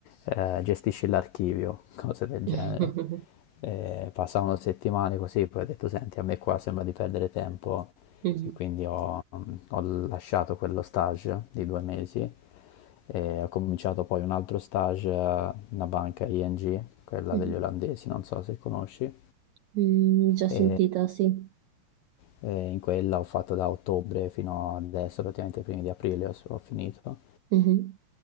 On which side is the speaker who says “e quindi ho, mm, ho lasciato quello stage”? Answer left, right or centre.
Left